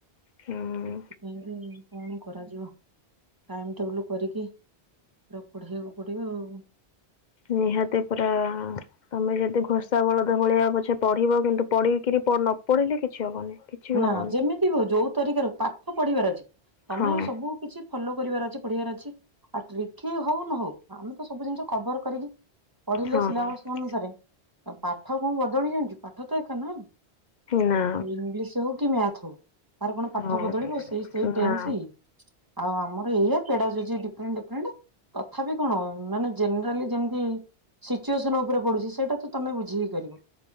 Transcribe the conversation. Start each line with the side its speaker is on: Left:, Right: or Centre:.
Left: ହୁଁ
Right: ସେଥିପାଇଁ କି କଣ କୋ କରାଯିବ ଟାଇମ୍ ଟେବୁଲ୍ କରିକି ପୁରା ପଢେବାକୁ ପଡ଼ିବ ଆଉ।
Left: ନିହାତି ପୁରା ତମେ ଯଦି ଘୋଷା ବଳଦ ଭଳିଆ ପଛେ ପଢିବ କିନ୍ତୁ ପଡିକିରି ନ ପଢିଲେ କିଛି ହବନି। କିଛି ବି
Right: ନା
Left: ହବନି।
Right: ଯେମିତି ହୋଉ ଯୋଉ ତରିକାରେ ପାଠ ପଢିବାର ଅଛି ତମେ
Left: ହଁ
Right: ସବୁ କିଛି ଫଲୋ କରିବାର ଅଛି ପଢିବାର ଅଛି। ଆଉ ଟ୍ରିକ ହୋଉ ନ ହୋଉ ଆମେ ତ ସବୁ ଜିନିଷ କଭର କରିକି ପଢିଲେ
Left: ହଁ
Right: ସିଲାବସ ଅନୁସାରେ। ପାଠ କୋଉ ବଦଳି ଜାଣିଛି ପାଠ ତ ଏକା ନା। ସେ
Left: ନା
Right: ଇଂଲିସ୍ ହୋଉ କି ମ୍ୟାଥ ହୋଉ। ତାର କଣ ପାଠ
Left: ହଁ
Right: ବଦଳିବ ସେଇ ସେଇ ଟେନ୍ସ
Left: ନା
Right: ସେଇ ଆଉ ଆମର ଏଇଆ ପେଡା ଯଜି ଡିଫରେଣ୍ଟ ଡିଫରେଣ୍ଟ ତଥାପି କଣ ମାନେ ଜେନେରାଲି ଯେମିତି ସିଚୁଏସନ ଉପରେ ପଡୁଛି ସେଇଟା ତମେ ବୁଝିି କରିବ।